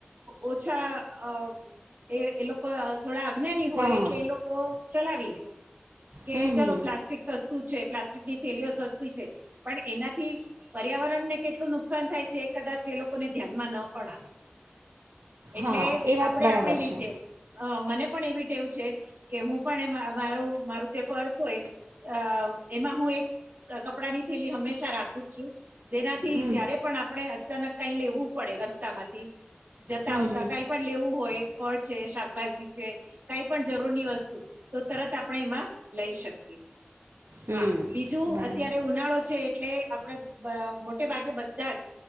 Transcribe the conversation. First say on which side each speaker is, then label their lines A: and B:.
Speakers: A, on the right; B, on the right.
A: ઓછા અ એ એ લોકો થોડા અજ્ઞાની હોય
B: હા
A: એટલે એ લોકો ચલાવી લે. કે
B: હમ
A: ચલો
B: હમ
A: પ્લાસ્ટિક સસ્તુ છે પ્લાસ્ટિકની થેલીઓ સસ્તી છે પણ એનાથી પર્યાવરણને કેટલું નુકસાન થાય છે એ કદાચ એ લોકોને ધ્યાનમાં ન પણ આવે. એટલે
B: હા એ
A: આપડે
B: વાત બરાબર
A: આપણી રીતે
B: છે
A: અ મને પણ એવી એવું છે કે હું પણ એ મારું મારું જે પર્થ હોય અ એમાં હું એક કપડાની થેલી હંમેશા રાખું છું. જેનાથી
B: હમ
A: જયારે પણ આપણે અચાનક કઈ લેવું પડે રસ્તામાંથી જતા
B: હમ
A: આવતા
B: હમ
A: કઈ પણ લેવું હોય ફળ છે, શાકભાજી છે કઈ પણ જરૂરીની વસ્તુ તો તરત આપણે એમા લઈ શકીએ. હા
B: હમ
A: બીજું
B: બરાબર
A: અત્યારે ઉનાળો છે એટલે આપણે અ મોટે ભાગે બધા જ